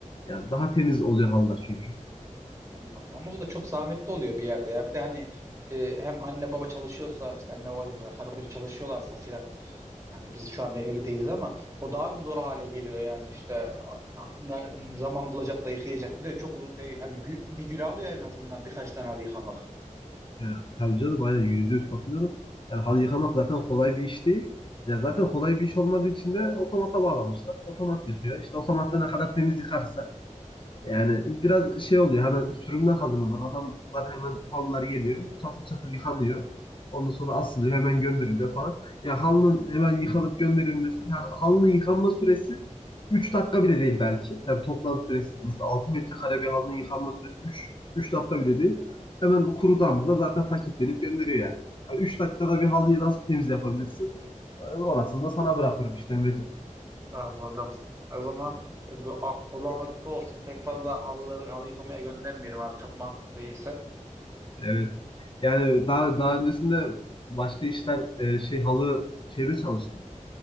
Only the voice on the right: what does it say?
Anladım. Ama o da çok zahmetli oluyor bir yerde ya. Bir de hani e, hem anne baba çalışıyorsa işte anne baba dedim ya, karı koca çalışıyorlarsa filan Yani biz şu an evli değiliz ama o daha bir zor hale geliyor yani işte a- ne zaman bulacak da yıkayacak. Bir de çok uz- e, yani gü- bir gün alıyor en azından birkaç tane halı yıkamak.
Anladım. O zaman e, bu a- kulağına küpe olsun. Pek fazla halıları halı yıkamaya göndermeyelim abi. Çok mantıklı değilse.